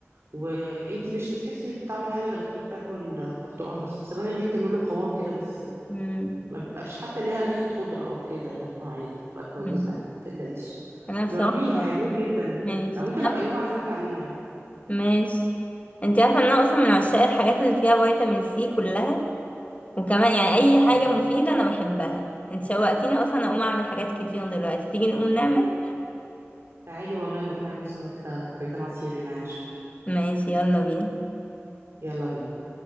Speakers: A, on the right (about 65°); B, on the left (about 30°).
A: وانتي مش بتحسي بطعم حاجه غير التفاح والبرتقال بس السبانخ دي بتعمله قوام كده بس
B: امم
A: ما بيبقاش حتى ليها ريحة خضرة أو كده لا عادي بتبقى كويسة
B: أمم.
A: يعني ما تقلقيش
B: انا بصراحة
A: جربيه هيعجبك جدا
B: ماشي
A: ممكن
B: انا
A: أبقى يوم أعزمك عليه يعني
B: ماشي انت عارفه ان انا اصلا من عشاق الحاجات اللي فيها فيتامين سي كلها وكمان يعني اي
A: <laughs>
B: حاجه مفيده انا بحبها انت شوقتيني اصلا اقوم اعمل حاجات كتير دلوقتي تيجي نقوم نعمل
A: تعالي والله نقوم نعمل سوا كده كوبايتين عصير ينعنشونا
B: ماشي يلا بينا
A: يلا بينا